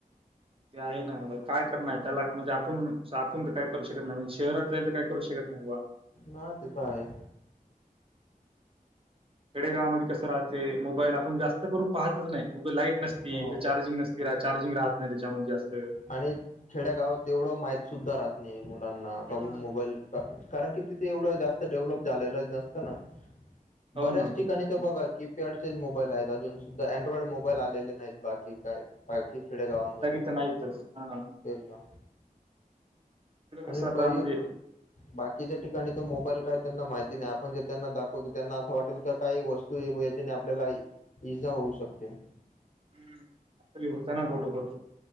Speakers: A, on the right (about 40°); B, on the left (about 60°).
A: ते आहे ना काय करणार त्याला म्हणजे आपण आपण तर काय करू शकत नाही, म्हणजे शहरात राईल तर काय करू शकत नाही बा.
B: ना तेच आहेच.
A: खेडेगावामध्ये कसं राहते मोबाईल आपण जास्त करून पाहतच नाही उग लाईट नसती
B: आहेच
A: तर चार्जिंग नस चारजिंग राहत नाही त्याच्यामध्ये जास्त
B: आणि खेड्या गावात तेवढं माहित सुद्धा राहत नाही मुलांना काब
A: हम्म
B: मोबाईल कारण की तिथे एवढं जास्त डेव्हलप झालेलं नसतं ना बऱ्याच
A: हो ना
B: ठिक आणि <unintelligible> ते बघा कीपॅडचे मोबाईल आहेत अजून सुद्धा अँड्रॉइड मोबाईल आलेले नाहीत बाकी काय बाकी खेडे गावांनमध्ये
A: ते नाहीतच आ
B: ते ना
A: तिकडं
B: आणि
A: कसं आता
B: कोही
A: म्हणजे
B: बाकीच्या ठिकाणी तो मोबाईल काय त्यांना माहिती नाही आपण जे त्यांना दाखवतो त्यांना असं वाटेल का काही गोष्ट याच्याने आपल्याला इजा होऊ शकते
A: हम्म अस हो चां ठ होतो